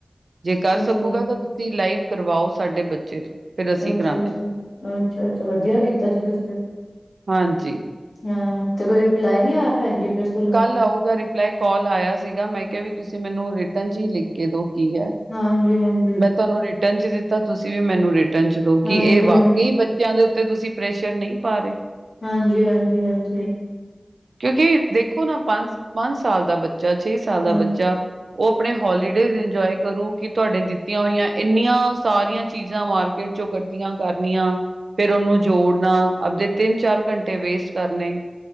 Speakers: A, on the right; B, on the left.
A: ਜੇ
B: ਅੱਛਾ
A: ਕਰ ਸਕੂਗਾ
B: ਚਲੋ।
A: ਤਾਂ ਤੁਸੀਂ ਲਾਈਵ ਕਰਵਾਓ ਸਾਡੇ ਬੱਚੇ ਤੋਂ। ਫਿਰ ਅਸੀਂ
B: ਅੱਛਾ,
A: ਕਰਾਂਦੇ
B: ਅੱਛਾ,
A: ਹਾਂ।
B: ਅੱਛਾ, ਅੱਛਾ ਵਧੀਆ ਕੀਤਾ ਜੀ ਤੁਸੀ
A: ਹਾਂਜੀ,
B: ਹਾਂ, ਤੇ ਕੋਈ ਰਿਪਲਾਈ ਨੀ ਆਇਆ ਭੈਨ ਜੀ ਫੇਰ ਸਕੁੱਲੋਂ?
A: ਲਾਓ ਗਰੀਬ <unintelligible> ਕਾਲ ਆਇਆ ਸੀਗਾ ਮੈਂ ਕਿਹਾ ਵੀ ਤੁਸੀਂ ਮੈਨੂੰ, ਰਿਟਰਨ ਚ ਹੀ ਲਿਖ ਕੇ ਦੋ ਕੀ ਐ?
B: ਹਾਂਜੀ-ਹਾਂਜੀ।
A: ਤੁਹਾਨੂੰ ਰਿਟਰਨ ਚ ਦਿੱਤਾ ਤੁਸੀਂ ਵੀ ਮੈਨੂੰ ਰਿਟਰਨ ਚ ਦੋ ਕਿ,
B: ਹਾਂਜੀ,
A: ਏ
B: ਹਾਂਜੀ।
A: ਵਾਕਈ ਬੇ ਬੱਚਿਆਂ ਦੇ ਉੱਤੇ ਤੁਸੀਂ ਪ੍ਰੇਸ਼ਰ ਨਹੀਂ ਪਾ ਰਹੇ?
B: ਹਾਂਜੀ, ਹਾਂਜੀ, ਹਾਂਜੀ।
A: ਕਿਉਂਕਿ, ਦੇਖੋ ਨਾ ਪੰਜ, ਪੰਜ ਸਾਲ ਦਾ ਬੱਚਾ, ਛੇ ਸਾਲ ਦਾ
B: ਹਾਂ
A: ਬੱਚਾ। ਉਹ ਆਪਣੇ ਹੋਲੀਡੇਜ਼ ਇੰਜੋਏ ਕਰੂ ਕਿ ਤੁਵਾੱਡੇ ਦਿੱਤੀਆਂ ਹੋਈਆਂ ਇੰਨੀਆਂ ਸਾਰੀਆਂ ਚੀਜ਼ਾਂ ਮਾਰਕੀਟ ਚੋਂ ਕਠ ਕਰਨੀਆਂ, ਫੇਰ ਓਂਨੂੰ ਜੋੜਨਾ, ਆਪਦੇ ਤਿੰਨ ਚਾਰ ਘੰਟੇ ਵੇਸਟ ਕਰਨੇ।